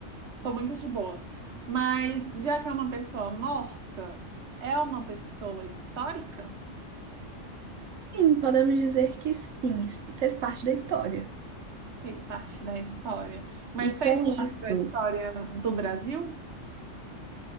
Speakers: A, on the right; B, on the right.
A: tô muito de boa. Mas, já que é uma pessoa morta, é uma pessoa histórica?
B: Sim, podemos dizer que sim, isso fez parte da história.
A: Fez parte da história. Mas
B: E com
A: fez parte
B: isso,
A: da história do Brasil?